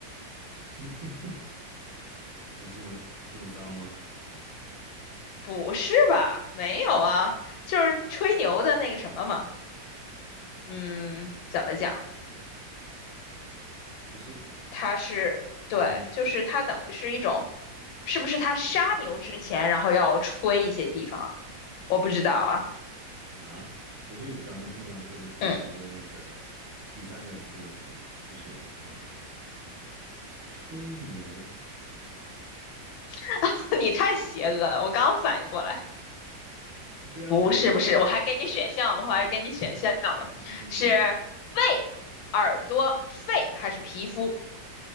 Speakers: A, on the right (about 45°); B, on the left (about 85°).
A: <laughs> 有这么这么脏吗？
B: 不是吧？没有啊，就是吹牛的那个什么嘛。嗯，怎么讲？
A: 不是，
B: 它是，对，
A: 嗯
B: 就是它等于是一种，是不是他杀牛之前，然后要吹一些地方啊？我不知道啊。
A: 啊，不是咱们通常说的吹牛的那个
B: 嗯，
A: 第三个字是吗？不是啊，吹牛，
B: <laughs> 你太邪恶了，我刚反应过来。
A: 对啊，
B: 不是不是，
A: 我
B: 我还给你选项吧，我还是给你选项吧，
A: 嗯嗯嗯，
B: 是胃、耳朵、肺还是皮肤？